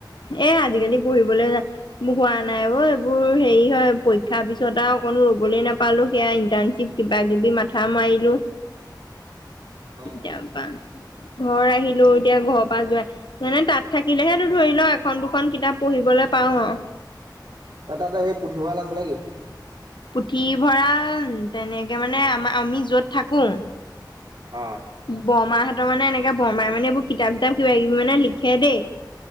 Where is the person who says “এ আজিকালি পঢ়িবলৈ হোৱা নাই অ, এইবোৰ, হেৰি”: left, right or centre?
Left